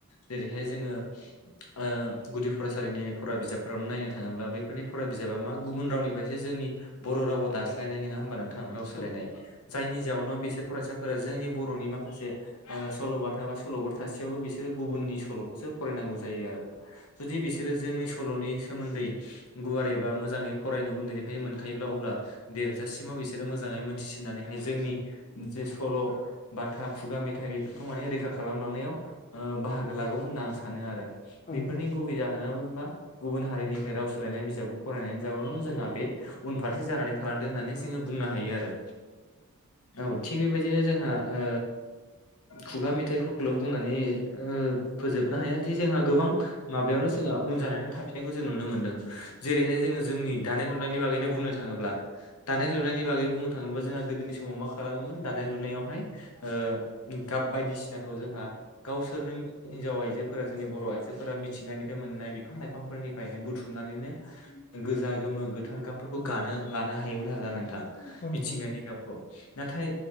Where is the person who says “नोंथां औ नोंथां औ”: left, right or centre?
Left